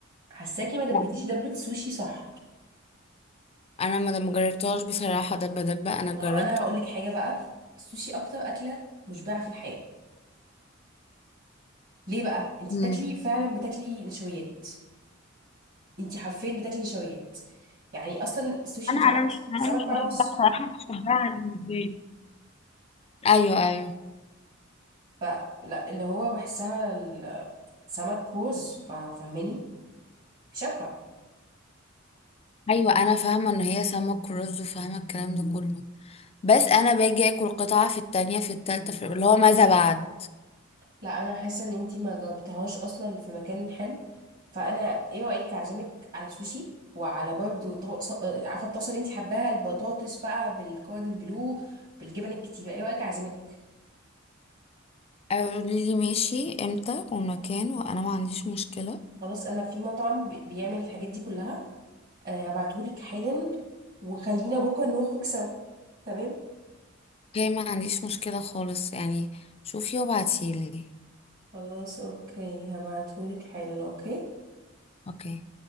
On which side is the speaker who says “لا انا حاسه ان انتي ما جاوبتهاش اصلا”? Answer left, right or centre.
Right